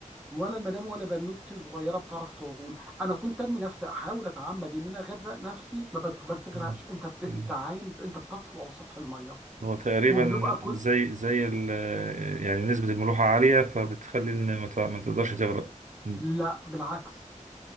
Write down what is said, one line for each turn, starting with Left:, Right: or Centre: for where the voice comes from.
Centre: ولا المدام ولا بنوتي صغيره بتعرف تعوم انا كنت ارمي نفسي احاول اتعمد ان انا اغرق نفسي ما بت- ما بتغرقش
Right: مم.
Centre: انت بت...
Right: مم.
Centre: انت عايم انت بتطفو على سطح الميه
Right: هو تقريبا
Centre: وبنبقى كل
Right: زي زي ال... يعني نسبة الملوحة عالية فبتخلي ان ما ت- ما تقدرش تغرق مم.
Centre: لا بالعكس